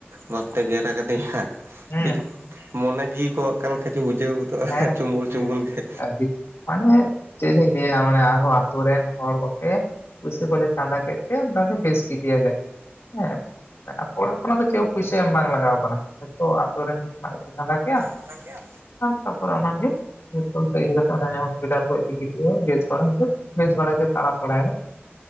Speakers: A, on the right (about 80°); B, on the left (about 85°).
A: ᱵᱟᱷᱯᱛᱮ ᱜᱮᱨ ᱟᱠᱟᱫᱤᱭᱟ
B: ᱦᱩᱸ
A: ᱠᱟᱹᱴᱤᱡ ᱢᱚᱱᱮ ᱡᱤᱣᱤ ᱠᱚ ᱚᱠᱟ ᱞᱮᱠᱟ ᱪᱚ ᱵᱩᱡᱷᱟᱹᱣ ᱜᱚᱫᱚᱜᱼᱟ
B: ᱦᱮᱸ
A: ᱪᱩᱢᱩᱞ
B: ᱦᱮᱸ
A: ᱪᱩᱢᱩᱞ ᱜᱮ
B: ᱟᱹᱰᱤ ᱢᱟᱱᱮ ᱪᱮᱫᱤᱧ ᱞᱟᱹᱭᱟ ᱢᱟᱱᱮ ᱟᱨᱦᱚᱸ ᱟᱛᱳ ᱨᱮᱱ ᱦᱚᱲ ᱠᱚᱛᱮ ᱯᱩᱭᱥᱟᱹ ᱠᱚᱞᱮ ᱪᱟᱸᱫᱟ ᱠᱮᱫ ᱮ ᱵᱮᱥ ᱠᱮᱫᱤᱫᱤᱭᱟᱞᱮ ᱦᱮᱸ ᱟᱠᱚ ᱚᱲᱟᱜ ᱠᱷᱚᱱᱟᱜ ᱫᱚ ᱪᱮᱫ ᱯᱩᱭᱥᱟᱹ ᱮᱢ ᱵᱟᱝ ᱞᱟᱜᱟᱣ ᱟᱠᱟᱱᱟ ᱛᱚ ᱟᱛᱳ ᱨᱮᱱ ᱜᱮᱠᱚ ᱪᱟᱸᱫᱟ ᱠᱮᱜᱼᱟ
A: ᱪᱟᱸᱫᱟ ᱠᱮᱫᱼᱟ
B: ᱛᱟᱯᱚᱨ ᱚᱱᱟᱜᱮ ᱡᱮ ᱤᱭᱟᱹ ᱠᱟᱛᱮ ᱦᱚᱥᱯᱤᱴᱟᱞ ᱠᱚ ᱤᱫᱤ ᱠᱮᱫᱮᱭᱟ ᱵᱮᱥ ᱵᱟᱲᱟ ᱦᱚᱪᱚ ᱵᱮᱥ ᱵᱟᱲᱟ ᱜᱮ ᱛᱟᱲᱟᱢ ᱵᱟᱲᱟ ᱮᱫᱟᱭ